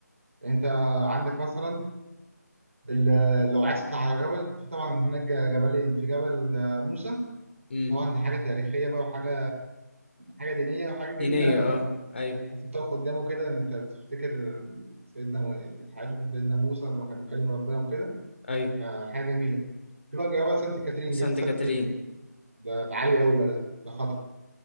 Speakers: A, on the right (about 50°); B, on the left (about 40°).
A: انت عندك مثلا ال- لو عايز تطلع على جبل في طبعا هناك ج- جبلين في جبل آه، موسى
B: امم
A: طبعا دي حاجه تاريخيه بقى وحاجه حاجه دينيه وحاجه
B: دينية
A: جميله قوي
B: اه ايوه
A: بس انت تقف قدامه كده انت بتفتكر سيدنا الحياه بتاعت سيدنا موسى لما كان بيكلم ربنا وكده
B: ايوه
A: آه، حاجه جميله في بقى جبل سانت كاترين
B: سانت
A: جبل سانت
B: كاترين
A: كاترين ده ده عالي قوي بقى ده ده خطر